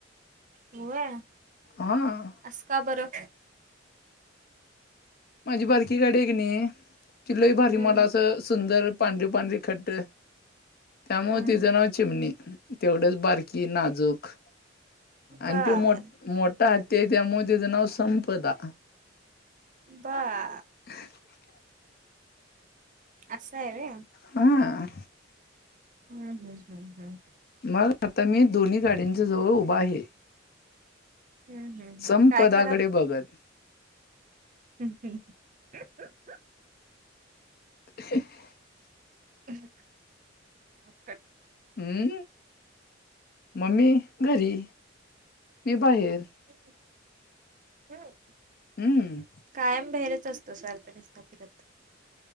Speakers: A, on the right; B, on the left.
A: होय.
B: हां.
A: अस का बरं?
B: माझी बारकी गाडी आहे क नी ची लई भारी
A: हम्म
B: मला असं सुंदर पांढरी पांढरी खट्ट त्यामुळे
A: हम्म.
B: तिचं नाव चिमणी. तेवढच बारकी नाजूक आणि
A: बर
B: त्यो मो मोठा ते त्यामुळे त्याचं नाव संपदा
A: बा
B: <inaudible>
A: असा आहे वेया
B: हां.
A: हम्म हम्म हम्म हम्म.
B: मग आता मी दोन्ही गाड्यांंच्या जवळ उभा आहे.
A: हम्म हम्म हम्म
B: संपदाकडे
A: काय करात?
B: बघत
A: <unintelligible>
B: <inaudible>
A: <unintelligible> कट
B: हम्म मम्मी घरी मी बाहेर.
A: हम हम.
B: हम्म.
A: कायम बाहेरेच असतो सारखा नुसता फिरत.